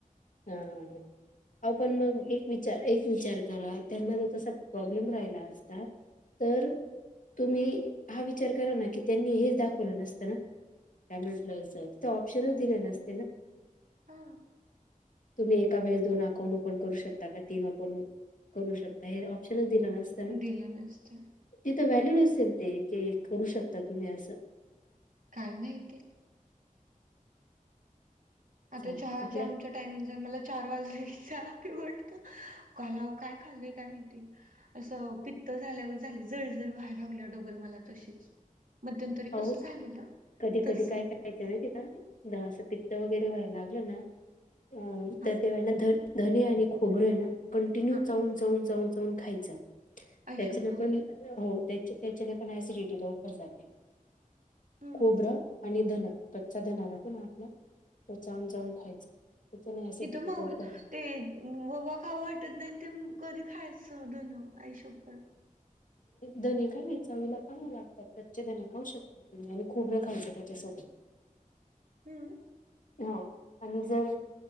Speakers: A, on the left (about 65°); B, on the right (about 70°).
A: हम हम ह अहो पण मग एक विचार करा एक विचार करा त्यांना जो तसा प्रॉब्लेम राहिला असता. तर तुम्ही हा विचार करा ना की त्यांनी हेच दाखवल नसत ना काय म्हटले अस. तिथे ऑप्शनच दिले नसते ना.
B: हा
A: तुम्ही एका वेळेस दोन अकाउंट ओपन करू शकता का तीन अकाउंट करू शकता हे ऑप्शनच दिला न
B: दिल नसत.
A: तिथ व्हॅल्यूड असेल ते कि, करू शकता तुम्ही अस.
B: काय माहिती? आता
A: असं.
B: चहाच्या
A: आपल्या
B: आमच्या टायमिंग मला चार वाजले चहा पिऊ वाटत. अहो काल काय खाल्लय काय माहिती? अस पित्त झाल्यावर झाली जर जर व्हायला लागल डबल मला तशीच. मध्यंतरी
A: अहो
B: कस झालेल
A: कधी
B: तस.
A: कधी काय व्हायच माहिती आहे का द अस पित्त वगैरे व्हायला लागल ना अ
B: हा
A: तर तेव्हा ना ध धनी आणि खोबरं आहे ना कंटिन्यू
B: हा
A: चावून चावून चावून चावून खायच त्याच्यान
B: आईशपथ
A: पण हो त्या त्याच्याने पण ऍसिडिटी लवकर जाते.
B: हम्म
A: खोबर आणि धन कच्चा धना राहतो ना आपला तो चाऊन चाऊन खायचा. त्याच्याने ऍसिडिटी
B: तिथ मऊर
A: लवकर जाते
B: ते ववा खावु वाटत नाही. ते कधी खायच धन आई शपथ.
A: धने काय नाही चावीला चांगले लागतात कच्चे धने खाऊ शकतात. आणि खोबर खायच त्याच्यासोबत.
B: हम्म
A: ह आणि जर